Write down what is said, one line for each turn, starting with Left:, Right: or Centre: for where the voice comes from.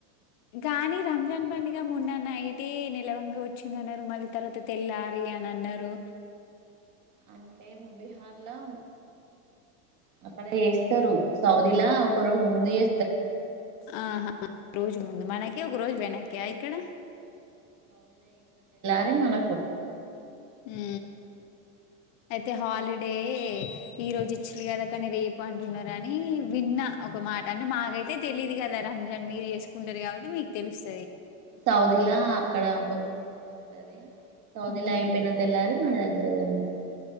Left: గాని రంజాన్ పండిగా మొన్న నైటి నిలవక వచ్చింది అన్నారు మళ్ళీ తర్వాత తెల్లారి అని అన్నారు
Right: అంటే బీహార్ లో అక్కడ ఎస్తారు సౌదిలా ఒక రోజు ముందు చే
Left: ఆహా రోజు ముందు మనకి ఏ ఒక రోజు వెనాక్యా ఇక్కడ
Right: అది మన
Left: ఆ అయితే హాలిడే ఈ రోజు ఇచ్చది కదా కానీ రేపు అంటున్నారు అని విన్నా ఒక మాట అంటే మాకైతే తెలీదు కదా రంజాన్ మీరు చేసుకుంటారు కాబట్టి మీకు తెలుస్తు
Right: సౌదీలా అక్కడ ఒక రోజు ముందు ంటదే సౌదిల
Left: హ్మ్.
Right: అయిపోయినంత తెల్లారి మన దగ్గర జరుగుతుంది అ